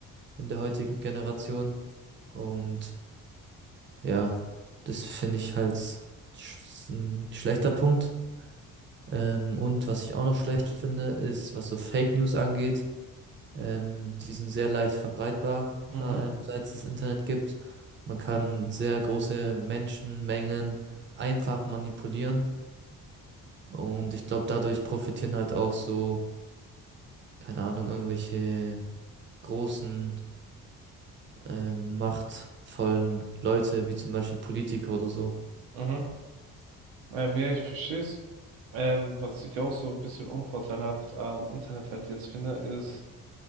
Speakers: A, on the right; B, on the right.
A: in der heutigen Generation. Und ja, das finde ich halt sch ein schlechter Punkt. Ähm, und was ich auch noch schlecht finde, ist, was so Fake News angeht. Ähm, die sind sehr leicht verbreitbar, da,
B: Mhm.
A: ähm, seit es das Internet gibt. Man kann sehr große Menschenmengen einfach manipulieren. Und ich glaube, dadurch profitieren halt auch so, keine Ahnung, irgendwelche großen, ähm, machtvollen Leute, wie zum Beispiel Politiker oder so.
B: Mhm. Ähm, ja, ich verstehe es. Ähm, was ich auch so ein bisschen unvorteilhaft am Internet halt jetzt finde, ist,